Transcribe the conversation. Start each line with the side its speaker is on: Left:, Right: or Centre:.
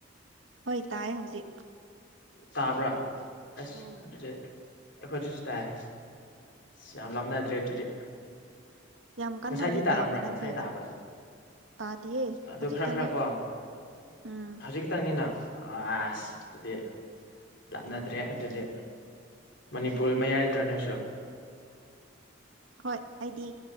Right: ꯍꯣꯏ ꯇꯥꯏꯌꯦ ꯍꯧꯖꯤꯛ
Left: ꯇꯥꯕ꯭ꯔꯥ ꯑꯁ
Right: ꯎꯝ
Left: ꯑꯗꯨꯗꯤ ꯑꯩꯈꯣꯏꯗꯁꯨ ꯇꯥꯏꯌꯦ ꯑꯁ ꯌꯥꯝ ꯂꯥꯞꯅꯗ꯭ꯔꯦ ꯑꯗꯨꯗꯤ
Right: ꯌꯥꯝ ꯀꯟꯅꯗꯤ
Left: ꯉꯁꯥꯏꯗꯤ ꯇꯥꯔꯝꯕ꯭ꯔꯥ
Right: ꯇꯥꯕ ꯅꯠꯇꯦꯗ
Left: ꯉꯁꯥꯏ ꯇꯥꯕ꯭ꯔꯥ
Right: ꯇꯥꯗꯤꯌꯦ
Left: ꯑꯗꯨ
Right: ꯍꯧꯖꯤꯛꯇꯅꯦ
Left: ꯈꯔ ꯈꯔ ꯀꯣ
Right: ꯎꯝ
Left: ꯍꯧꯖꯤꯛ ꯈꯤꯇꯪꯅꯤꯅ ꯑꯁ ꯑꯗꯨꯗꯤ ꯂꯥꯞꯅꯗ꯭ꯔꯦ ꯑꯗꯨꯗꯤ ꯃꯅꯤꯄꯨꯔ ꯃꯌꯥꯏꯗꯔꯥ ꯅꯪꯁꯨ
Right: ꯍꯣꯏ ꯑꯩꯗꯤ